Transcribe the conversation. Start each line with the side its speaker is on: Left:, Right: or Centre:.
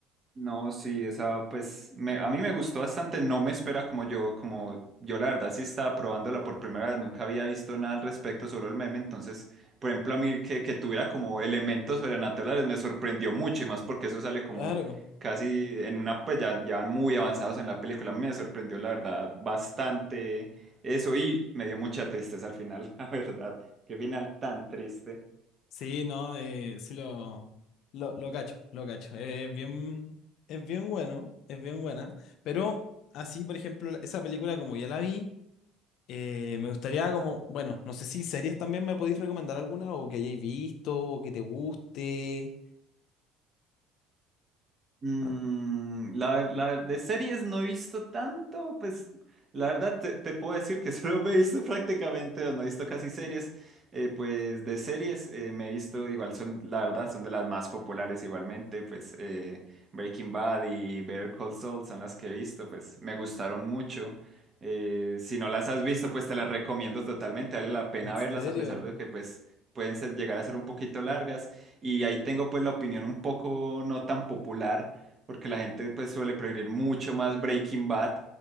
Right: No, sí, esa pues me- a mí me gustó bastante, no me espera como yo, como yo la verdad sí estaba probándola por primera vez, nunca había visto nada al respecto, solo el meme, entonces, por ejemplo, a mí que, que tuviera como elementos sobrenaturales me sorprendió mucho y más porque eso sale como
Left: Claro.
Right: casi en una, pues ya, ya van muy avanzados en la película, a mí me sorprendió la verdad bastante eso y me dio mucha tristeza al final, <laughs> la verdad, qué final tan triste.
Left: Sí, no, eh, sí lo, lo, lo cacho, lo cacho. Eh, Es bien, es bien bueno, es bien buena. Pero así, por ejemplo, la- esa película como ya la vi, eh, me gustaría como, bueno, no sé si series también me podéis recomendar alguna o que hayáis visto o que te guste.
Right: Mm,
Left: Ah,
Right: la, ver- la ver- de series no he visto tanto, pues la verdad te, te puedo decir que <laughs> solo me he visto prácticamente, o no he visto casi series, eh, pues de series eh, me he visto, igual son, la verdad, son de las más populares igualmente, pues eh, Breaking Bad y Better Call Saul son las que he visto, pues me gustaron mucho. Eh, si no las has visto, pues te las recomiendo totalmente, vale la pena
Left: ¿En serio?
Right: verlas a pesar de que pues pueden ser- llegar a ser un poquito largas y ahí tengo pues la opinión un poco no tan popular porque la gente pues suele preferir mucho más Breaking Bad.